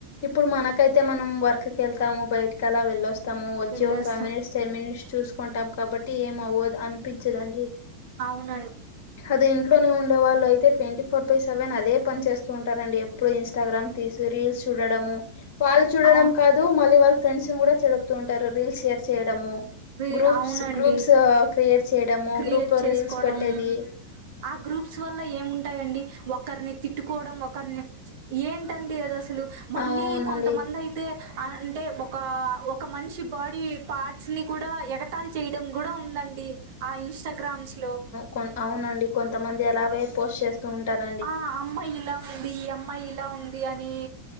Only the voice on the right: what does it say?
వెళ్ళొస్తా
అవును
అవు
రి
అవునండి
క్రియేట్
చేసుకోవడం
ఆ గ్రూప్స్ వల్ల ఏముంటాయండి ఒకరిని తిట్టుకోవడం ఒకరిని ఏంటండి అది అసలు మళ్ళీ
కొంత మంది అయి టె అంటే ఒకా ఒక మనిషి బాడీ పార్ట్స్ ని కూడా ఎగతాలి చేయడం గుడా ఉందం ఆ ఇన్స్టాగ్రామ్స్ లో
ఆ అమ్మా ఇలా ఉంది ఈ అమ్మాయి ఇలా ఉంది అనీ